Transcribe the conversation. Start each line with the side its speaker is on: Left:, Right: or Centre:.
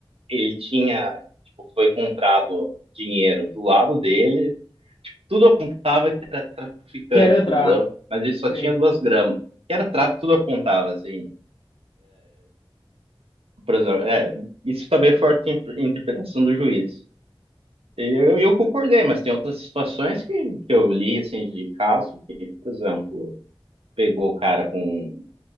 Right: ele tinha, tipo, foi encontrado dinheiro do lado dele, tudo apontava que era traficante,
Left: Que era tráfico,
Right: entendeu? Mas ele só
Left: sei.
Right: tinha duas gramas, que era tráfico, tudo apontava, assim. Por exemplo, é, isso também é forte interpretação do juiz. Eu, eu concordei, mas tem outras situações que, que eu li, assim, de caso que, por exemplo, pegou o cara com,